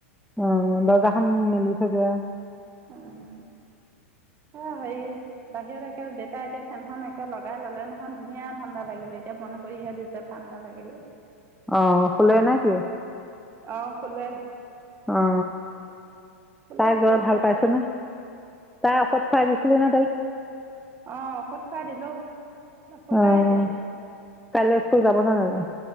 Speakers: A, in the centre; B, on the right.
A: অ, দৰ্জাখন মেলি থৈ দিয়া। <unintelligible>
B: উম, অ হেৰি বাহিৰত <unintelligible> দেতা এতিয়া ফেনখন একে লগাই ললে নহয় ধুনীয়া ঠাণ্ডা লাগিলে, এতিয়া বন্ধ কৰিহে দিছে ঠাণ্ডা লাগিলে।
A: অ, শুলে নে কি?
B: অহ শুলে।
A: অ'
B: শুলে
A: তাই জ্বৰ
B: চব
A: ভাল
B: শুলে
A: পাইছে নে? <unintelligible> তাই ঔষধ খুৱাই দিছিলে নে তাইক?
B: অ, ঔষধ খুৱাই দিলোঁ। শুলে
A: অ,
B: এতিয়া
A: ' কাইলৈ স্কুল যাব? নে নাযায়?